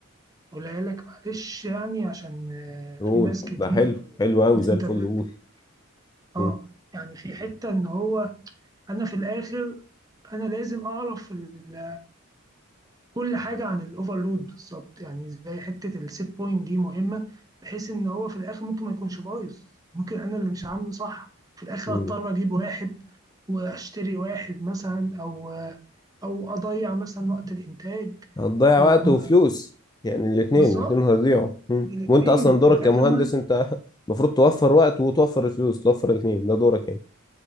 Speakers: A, on the right; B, on the left.
A: اقولها لك معلش يعني عشان آه،
B: قول
A: في ناس كتير
B: بقى حلو حلو قوي
A: قلت
B: زي
A: انت
B: الفل
A: ب...
B: قول مم.
A: اه يعني في حتة ان هو انا في الاخر انا لازم اعرف ال كل حاجه عن الاوفرلود بالظبط يعني زي حته السيت بوينت دي مهمه بحيث ان هو في الاخر ممكن ما يكونش بايظ ممكن انا اللي مش عامله صح في الاخر
B: مم.
A: اضطر اجيب واحد واشتري واحد مثلا او او اضيع مثلا وقت الانتاج
B: هتضيع
A: او
B: وقت وفلوس يعني الاثنين
A: بالظبط
B: الاثنين هيضيعوا مم.
A: الاثنين
B: وانت اصلا
A: وفي
B: دورك
A: الاخر
B: كمهندس
A: ما
B: انت <laughs> المفروض توفر وقت وتوفر الفلوس توفر الاثنين ده دورك يعني